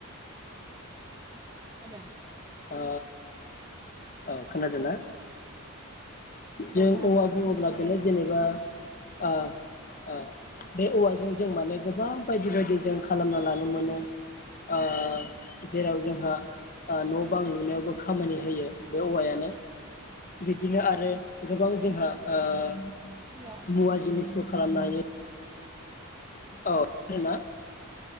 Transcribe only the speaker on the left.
अ औ खोनादों ना। जों
औवा बुङोब्ला
गोले जेनेबा ओ ओ बे औवाजों जों माने गोबां बायदि बायदि जों खालामना लानो मोनो ओ जेराव जोंहा ओ न'। गोबां लुनायावबो खामानि होयो बे औवायानो बिदिनो आरो। गोबां जोंहा ओ
मुवा जिनिस फो खालामनो हायो। औ थायोना।